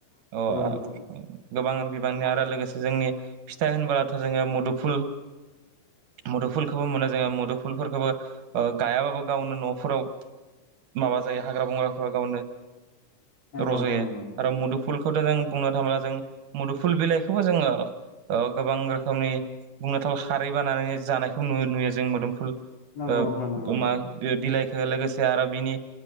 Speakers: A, on the right; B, on the left.
A: औ
B: नंगौ
A: <inaudible> गोबां बिबांनि आरो लोगोसे जोंनि फिथाइ होनबोलाथ' जोङो मुदुफुल मुदुफुलखौबो मोनो जोङो, मुदुफुलफोरखौबो ओ गायाबाबो गावनो न'फोराव माबा जायो हाग्रा बंग्राफोर गावनो
B: नंगौ
A: रज'यो
B: नोंथां नंगौ नंगौ
A: आरो मुदुफुलखौथ' जों बुंनो थाङोब्ला जों मुुदुफुल बिलाइखौबो जोङो ओ गोबां रोखोमनि बुंनो थांब्ला खारै बानाय नानै जानायखौ नुयो जों मोदोमफुल
B: नंगौ
A: ओ
B: नोंथां नंगौ नंगौ
A: मा <inaudible> लोगोसे आरो बिनि